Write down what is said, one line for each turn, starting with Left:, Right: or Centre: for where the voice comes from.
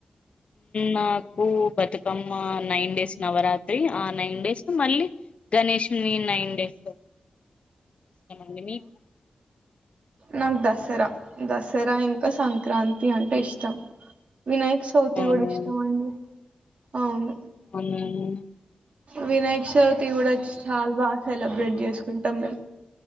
Left: నాకు బతుకమ్మ నైన్ డేస్ నవరాత్రి ఆ నైన్ డేస్ మళ్ళీ గణేశని నైన్ డేస్ ఇష్టడి మీకు
Right: నాక్ దసరా. దసరా ఇంకా సంక్రాంతి అంటే ఇష్టం. వినాయక చవితి
Left: అవునా
Right: కూడ ఇష్టం అండి. అవును.
Left: అమ్మ్
Right: వినాయక చవ్త్ తి కుడా, ఛాల బా సెలబ్రేట్ చేసుకుంటాం మేమ్.